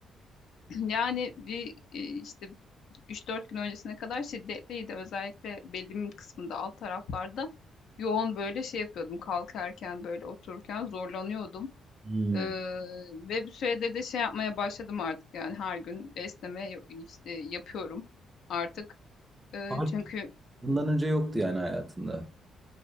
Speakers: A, on the left (about 70°); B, on the right (about 20°).
A: <clears throat> Yani bir e, işte Üç dört gün öncesine kadar şiddetliydi. Özellikle belimin kısmında alt taraflarda yoğun böyle şey yapıyordum. Kalkarken böyle otururken zorlanıyordum.
B: Hmm.
A: Ee, ve bir süredir de şey yapmaya başladım artık yani her gün esneme y- işte yapıyorum artık. Ee,
B: Artık
A: çünkü
B: bundan önce yoktu yani hayatında.